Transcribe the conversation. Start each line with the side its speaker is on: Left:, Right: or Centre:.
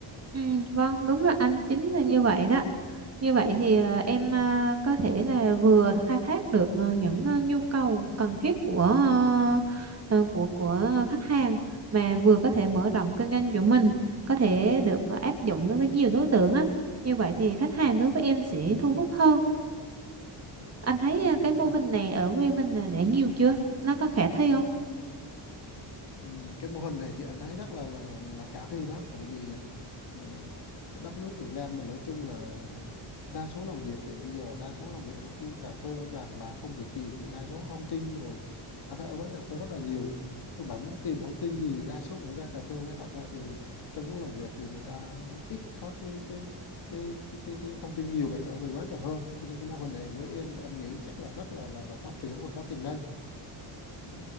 Right: Ừ, vâng, đúng rồi anh, chính là như vậy đó. Như vậy thì à, em à, có thể là vừa khai thác được à, những à, nhu cầu cần thiết của à, à, của của khách hàng mà vừa có thể mở rộng kinh doanh của mình, có thể được à, áp dụng đối với nhiều đối tượng á. Như vậy thì khách hàng đối với em sẽ thu hút hơn. Anh thấy
Left: ừ.
Right: à, cái mô
Left: anh-
Right: hình này ở quê mình là đã nhiều chưa? Nó có khả thi không?
Left: ừ, cái mô hình này thì anh thấy rất là là là khả thi đó tại vì Ờ, cái đất nước Việt Nam mình nói chung là đa số làm việc thì bây giờ đa số làm việc ở khu cà phê bàn bạc công việc gì thì đa số thông tin rồi ở, th- ở quán cà phê rất là nhiều các bạn muốn tìm thông tin gì thì đa số cũng ra cà phê chứ thật ra thì trong lúc làm việc thì người ta ít có cái cái cái cái cái, cái thông tin nhiều bằng ở về quán cà phê cho nên cái mô hình này với em thì anh nghĩ chắc là rất là là là phát triển và có tiềm năng Ừ.